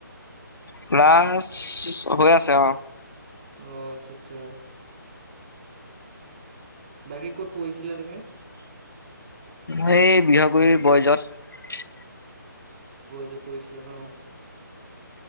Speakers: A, on the left; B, on the right.
A: ক্লাছ হৈ আছে অ
B: অ', আচ্ছা, আচ্ছা। বাকী ক'ত পঢ়িছিলা, তুমি?
A: মই, এই বৃহগুৰি বইচত।
B: তে পহিছিলা ন?